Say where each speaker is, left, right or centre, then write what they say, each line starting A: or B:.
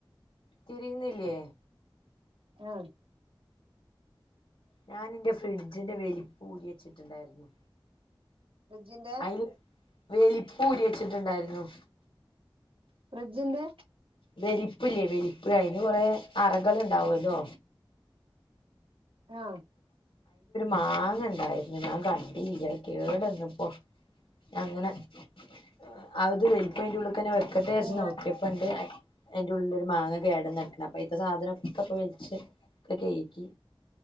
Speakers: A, on the left (about 80°); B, on the right (about 85°).
A: തിരിയുന്നില്യേ?
B: ആ
A: ഞാനെന്റെ ഫ്രിഡ്ജിന്റെ വെലിപ്പൂരിച്ചിട്ടുണ്ടാരുന്നു
B: ഫ്രിഡ്ജിന്റെ
A: ആയില് വേലി ഊരി വെച്ചിട്ടുണ്ടാരുന്നു
B: ഫ്രിഡ്ജിന്റെ
A: വിരിപ്പില്ലേ വിരിപ്പ് അയിനു കുറെ അറകളുണ്ടാവല്ലോ?
B: ആ
A: മാങ്ങണ്ടാരുന്നു ഞാൻ കണ്ടീല്ല കേടെന്ന്പ്പം അങ്ങനെ <unintelligible> <unintelligible> വെക്കട്ടേ യാര്ച്ച്
B: ഉം
A: നോക്കിയപ്പണ്ട് അയിന്റുള്ളിലൊരു മാങ്ങ കേടെന്നെട്ക്ക്ണ് അപ്പൊ അയ്തേ സാധനോക്കെ പ്പ വൽച്ച് ക്കെ കേയ്കി